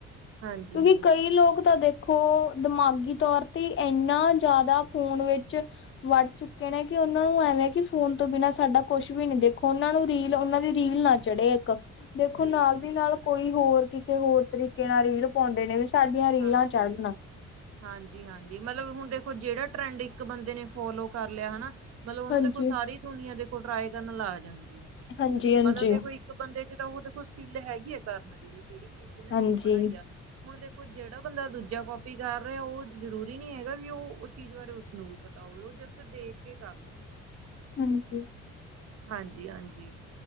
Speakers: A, on the right; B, on the left.
A: ਹਾਂਜੀ
B: ਕਿਉਂਕਿ ਕਈ ਲੋਕ ਤਾਂ ਦੇਖ ਖੋ ਦਿਮਾਗੀ ਤੌਰ ਤੇ ਇਨਾ ਜ਼ਿਆਦਾ ਫੋਨ ਵਿੱਚ ਵੜ ਚੁੱਕੇ ਨੇ, ਕਿ ਉਹਨਾਂ ਨੂੰ ਐਵੇਂ ਕਿ ਫੋਨ ਤੋਂ ਬਿਨਾਂ ਸਾਡਾ ਕੁਛ ਵੀ ਨੀ ਦੇਖੋਂ, ਉਹਨਾਂ ਨੂੰ ਰੀਲ ਉਹਨਾਂ ਦੀ ਰੀਲ ਨਾ ਚੜੇ ਇੱਕ, ਦੇਖੋ
A: ਬਿਲਕੁਲ
B: ਨਾਲ ਦੀ
A: ਬਿਲਕੁਲ
B: ਨਾਲ ਕੋਈ ਹੋਰ ਕਿਸੇ ਹੋਰ ਤਰੀਕੇ ਨਾਲ ਰੀਲ ਪਾਉਂਦੇ ਨੇ ਵੀ ਸਾਡੀਆਂ ਰੀਲਾਂ
A: ਹਾਂਜੀ
B: ਚੜ੍ਹਨ
A: ਹਾਂਜੀ ਹਾਂਜੀ ਮਤਲਬ ਹੁਣ ਦੇਖੋ ਜਿਹੜਾ ਟਰੈਂਡ ਇੱਕ ਬੰਦੇ ਨੇ ਫੋਲੋ ਕਰ ਲਿਆ ਹਨਾ ਮਤਲਬ ਉਹਨੂੰ
B: ਹਾਂਜੀ।
A: ਦੇਖੋ ਸਾਰੀ ਦੁਨੀਆਂ ਦੇਖੋ ਟਰਾਈ ਕਰਨ ਲੱਗ ਜਾਂਦੀ ਆ
B: ਹਾਂਜੀ-ਹਾਂਜੀ,
A: ਮਤਲਬ ਦੇਖੋ ਇਕ ਬੰਦੇ ਚ ਤਾਂ ਉਹ ਦੇਖੋ ਸਕਿੱਲ ਹੈਗੀ ਹੈ ਕਰਨ ਦੀ ਵੀ ਜਿਹੜੀ ਚੀਜ਼ ਤੇ ਉਹਨੇ
B: ਹਾਂਜੀ।
A: ਰੀਲ ਬਣਾਈ ਆ ਹੁਣ ਦੇਖੋ ਹੁਣ ਜਿਹੜਾ ਬੰਦਾ ਦੂਜਾ ਕੋਪੀ ਕਰ ਰਿਹਾ ਉਹ ਜ਼ਰੂਰੀ ਨੀ ਹੈਗਾ ਵੀ ਉਹ ਚੀਜ਼ ਬਾਰੇ ਉਸਨੂੰ ਵੀ ਪਤਾ ਹੋਵੇ ਉਹ ਜਸਟ ਦੇਖ ਕੇ ਕਰਦਾ
B: ਹਾਂਜੀ
A: ਹਾਂਜੀ ਹਾਂਜੀ